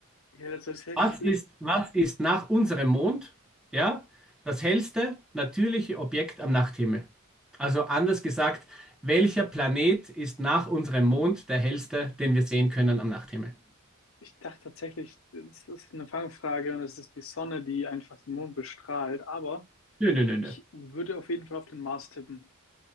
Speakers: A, on the left (about 65°); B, in the centre.
A: Ja, tatsächlich.
B: Was ist, was ist nach unserem Mond? Ja, das hellste natürliche Objekt am Nachthimmel. Also anders gesagt, welcher Planet ist nach unserem Mond der hellste, den wir sehen können am Nachthimmel?
A: Ich dachte tatsächlich, es ist eine Fangfrage und es ist die Sonne, die einfach den Mond bestrahlt. Aber
B: Nö, nö, nö,
A: ich
B: nö.
A: würde auf jeden Fall auf den Mars tippen.